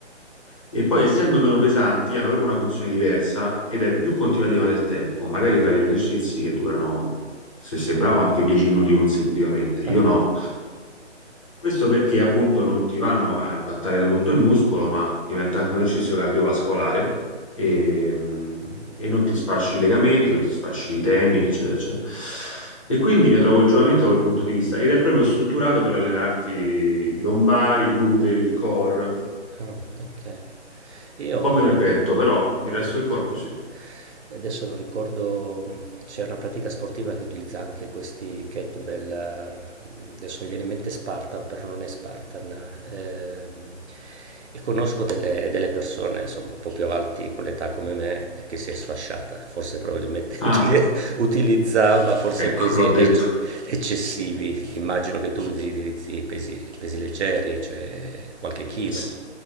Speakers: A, on the left; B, on the right.
A: e poi, essendo meno pesanti, hanno proprio una funzione diversa ed è più continuativa nel tempo. Magari fai degli esercizi che durano, se sei bravo, anche 10 minuti consecutivamente. Io
B: ah.
A: no. Questo perché appunto non ti vanno a impattare molto il muscolo, ma diventa anche un esercizio cardiovascolare e, mm, e non ti sfasci i legamenti, non ti sfasci i tendini, eccetera, eccetera. E quindi ne trovo il giovamento da quel punto di vista ed è proprio strutturato per allenarti i lombari, i glutei, il core, un
B: Ah, okay. Io
A: po'
B: <laughs>
A: meno il petto, però il resto
B: ah,
A: del
B: ah,
A: corpo
B: ah.
A: sì.
B: Adesso non ricordo, mhmm, c'era una pratica sportiva che utilizza anche questi kettlebell, mhmm, adesso mi viene in mente Spartan, però non è Spartan. Ehm, e conosco delle delle persone, insomma, un po' più avanti con l'età come me, ehm, che si è sfasciata. Forse probabilmente
A: Ah,
B: <laughs> utili utilizzava forse
A: ecco,
B: pesi
A: l'ho detto.
B: ecc eccessivi. Immagino che tu utilizzi pesi pesi leggeri, cioè qualche chilo.
A: S-